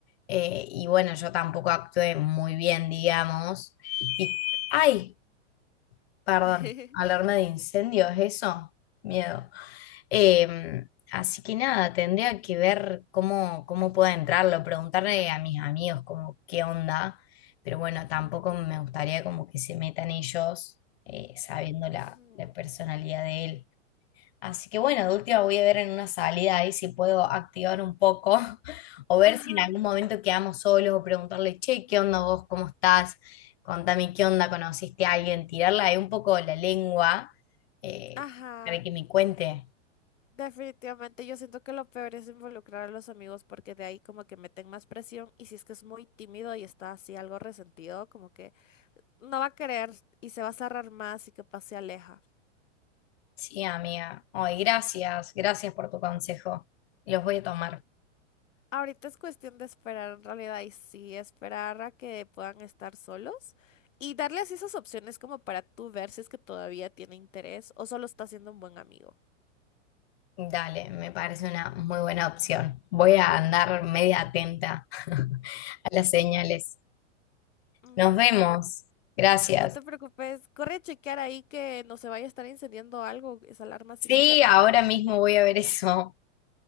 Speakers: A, on the left; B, on the left.
A: eh, y bueno, yo tampoco actué muy bien, digamos. Y, ay, perdón,
B: <laughs>
A: alarma de incendios, eso, miedo. Eh, así que nada, tendría que ver cómo, cómo puedo entrarlo, preguntarle a mis amigos como qué onda, pero bueno,
B: Ujú,
A: tampoco me gustaría como que se metan ellos eh, sabiendo la,
B: ujú.
A: la personalidad de él. Así que bueno, de última voy a ver en una salida ahí si puedo activar un poco <laughs> o ver
B: Ajá,
A: si en algún momento quedamos solos o preguntarle, che, ¿qué onda vos? ¿Cómo estás? Contame qué onda, ¿conociste a alguien? Tirarla ahí un poco la lengua eh,
B: ajá.
A: para que me cuente.
B: Definitivamente yo siento que lo peor es involucrar a los amigos porque de ahí como que meten más presión y si es que es muy tímido y está así algo resentido, como que no va a querer y se va a cerrar más y capaz se aleja.
A: Sí, amiga. Ay, gracias, gracias por tu consejo. Los voy a tomar.
B: Ahorita es cuestión de esperar en realidad y sí, esperar a que puedan estar solos y darles esas opciones como para tú ver si es que todavía tiene interés o solo está siendo un buen amigo.
A: Dale, me parece una muy buena opción. Voy a andar media atenta <laughs> a las señales.
B: Ujú,
A: Nos vemos.
B: bueno,
A: Gracias.
B: no te preocupes, corre a chequear ahí que no se vaya a estar incendiando algo, esa alarma sí
A: Sí,
B: me asustó.
A: ahora mismo voy a ver eso.